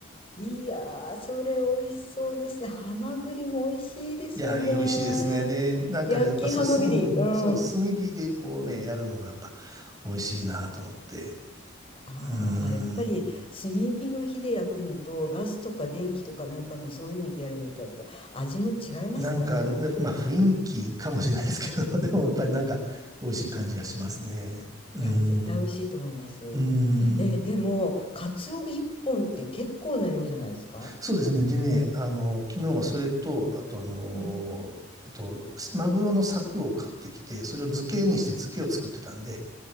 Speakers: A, on the left; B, on the right.
A: いやー、それ美味しそうですね。ハマグリも美味しいですよね。
B: いや、美味しいですね。で、なんかね、
A: 焼きハマグリ。
B: やっぱそう、すうん、
A: うん。
B: そう、炭火でこうね、やるのがやっぱ美味しいなと思って。
A: あーあ、
B: うー
A: やっぱり炭火の火で焼くのとガスとか電気とかなんかのそういうのでやるのとあと味も違いますね。
B: ん。なんかね、まあ雰囲気かもしれないですけど、<laughs> でもやっぱりなんか美味しい感じがしますね。うーん。
A: いや、絶対美味しいと思います。
B: うーん。
A: え、でも、カツオ一本って結構な量じゃないですか
B: そうですね。でね、あの、昨日はそれと、あとあの、
A: うん、
B: えっと、マグロの柵を買ってきて、それを漬けにして漬けを作ってたんで、
A: うん。